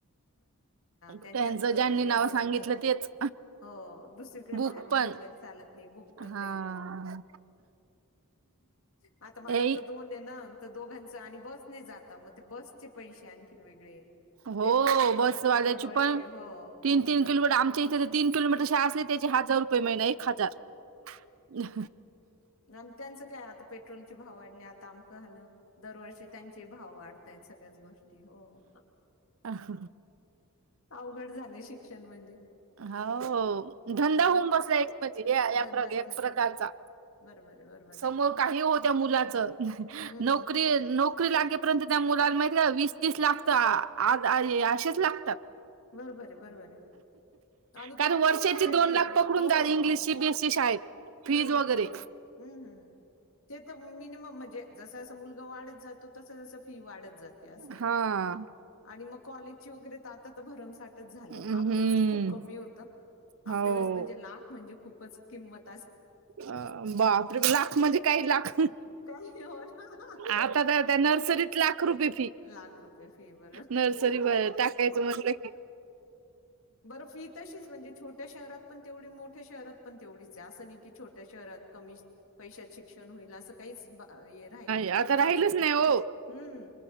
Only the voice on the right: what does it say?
त्यांचं
ज्यांनी नाव सांगितलं
तेच
बुक
पण
हा
ए
हो
बसवाल्याची
पण
तीन
तीन
किलोमीटर आमच्या इथे तीन किलोमीटरा असले त्याच्या हजार रुपये महिना एक हजार
अ ह ह
हो धंदा
होऊन बसलायच म्हणजे या
एक
प्रकारचा
समोर
काही होत्या मु नोरी
नोकरी लागेपर्यंत त्या मुला माहि वीस तीस लागता आ असेच लागतात
कारण
वर्षाची
दोन लाख पकडून
जा
इंग्लिश सीबीएसई शाळेत. फीज
वगैरे
हा
हम्म
हो.
अ बहतर लाख म्हणजे काही लाख
आता त्या त्या नर्सरीत लाग रुपये फी
नर्सरी टाकायचं म्हटलं की
आता
राहिलच
नाही हो